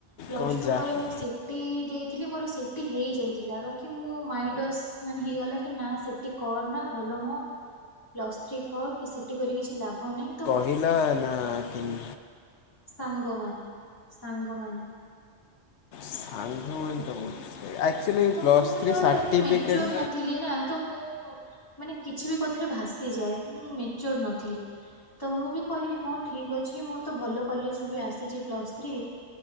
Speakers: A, on the left; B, on the left.
A: ପ୍ଲସ
B: କ'ଣ
A: ଟୁ
B: ଯାହା
A: ପରେ ମୁଁ ସି ସିଟି ଦେଇଥିଲି ମୋର ସିଟି ହେଇଯାଇଥିଲା ବାକି ମୁଁ ମାଇଣ୍ଡ ୱାଶ ମାନେ ହେଇଗଲା କି ନା ସିଟି କରନା ଭଲ ନୁହଁ। ପ୍ଲସ ଥ୍ରୀ କର କି ସିଟି କରିକି କିଛି ଲାଭ ନାହିଁ ତ
B: ଏଇଲା ନାଁ କେମି
A: ସାଙ୍ଗମାନେ, ସାଙ୍ଗମାନେ।
B: ସାଙ୍ଗମାନେ
A: ସେ
B: ତ ବହୁତ ଆକ୍ଚୁଆଲି
A: ତ
B: ପ୍ଲସ୍
A: ମୁଁ ସେତେବେଳେ
B: ଥ୍ରୀ ସାର୍ଟିଫିକେଟ୍
A: ଏତେ ମେଚୋର ନଥିଲି ନା ତ ମୁଁ ମାନେ କିଛି ବି କଥାରେ ଭାସିଯାଏ ମୁଁ ମେଚୋର ନଥିଲି। ତ ମୁଁ ବି କହିଲି ହଁ ଠିକ ଅଛି ମୋର ତ ଭଲ କଲେଜ ରୁ ବି ଆସିଛି ପ୍ଲସ ଥ୍ରୀ।